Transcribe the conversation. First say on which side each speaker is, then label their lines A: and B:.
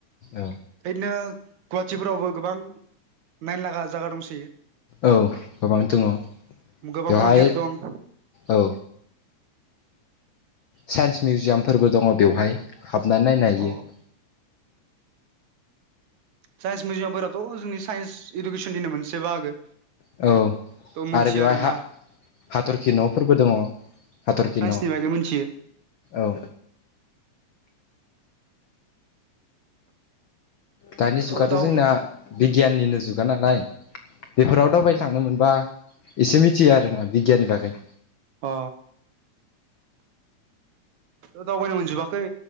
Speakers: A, on the left (about 70°); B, on the right (about 75°).
A: औ
B: ओदिनो गुवाहाटिफोरावबो गोबां नायनो लागा जागा दंसोयो
A: औ गोबां दङ
B: गोबां
A: बेवहाय
B: मन्दिर दं
A: औ साइन्स मिउजियामफोरबो दङ बेवहाय हाबनानै नायनो हायो
B: अ साइन्स मिजियामफोराथ' जोंनि साइन्स इडुकेसननिनो मोनसे बाहागो
A: औ
B: थ' मोनथिया
A: आरो बेवहाय
B: आरोना
A: हा हाथरखि न'फोरबो दङ हाथरखि
B: अ साइन्सनि
A: न'
B: बागै मिथियो
A: औ दानि
B: दाथ'
A: जुगाथ'
B: दाव
A: जोंना बिगियाननिनो जुगा नालाय बेफोराव दावबायनो थांनो मोनबा एसे मिथियो आरोना बिगियाननि बागै
B: अ ओ दावबायनो मोनजोबाखै